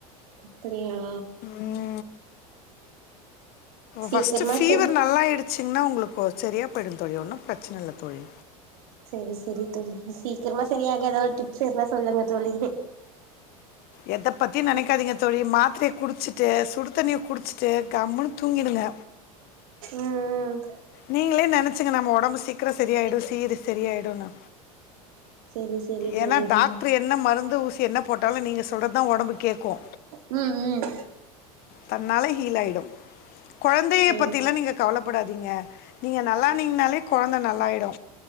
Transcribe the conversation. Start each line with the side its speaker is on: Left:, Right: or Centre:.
Right: அப்டியா
Left: ம்
Right: சீக்கிரமா
Left: ஃபஸ்ட்டு ஃபீவர்
Right: செரி
Left: நல்லா ஆடுச்சிங்கன்னா உங்களுக்கு செரியா போயிடு தோழி ஒன்னு பிரச்சன இல்ல தோழி
Right: செரி செரி தோழி சீக்கிரமா செரியாக ஏதாவது டிப்ஸ் இருந்தா சொல்லுங்க தோழி
Left: எத பத்தியு நெனைக்காதீங்க தோழி மாத்திரைய குடிச்சிட்டு சுடு தண்ணிய குடிச்சிட்டு கம்முனு தூங்கிடுங்க
Right: ம் ம்
Left: நீங்களே நெனச்சுங்க நம்ம ஒடம்பு சீக்கிர செரியாயிடு சீரு செரியாயிடுனு
Right: செரி செரி
Left: ஏனா
Right: தோழி
Left: டாக்டர் என்ன மருந்து ஊசி என்ன போட்டாலு நீங்க சொல்றதுதா ஒடம்பு கேக்கு
Right: ம் ம்
Left: தன்னால ஹீழாயிடு கொழந்தைய
Right: ம்
Left: பத்திலா நீங்க கவலைப்படாதீங்க நீங்க நல்லா ஆனிங்கனாலே கொழந்த நல்லாயிடு